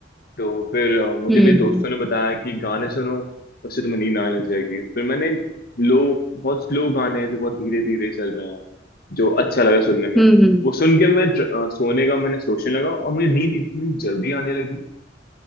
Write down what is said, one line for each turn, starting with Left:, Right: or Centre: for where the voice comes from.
Left: तो फिर अ, मुझे
Centre: हम्म
Left: मेरे दोस्तों ने बताया कि गाने सुनो उससे तुम्हें नींद आने लग जाएगी फिर मैंने लो बहुत स्लो गाने जो बहुत धीरे धीरे चल रहे हैं जो अच्छा लगा सुनने में
Centre: हम्म हम्म
Left: वो सुन के मैं ट्र- अ, सोने का मैंने सोचने लगा और मुझे नींद इतनी जल्दी आने लगी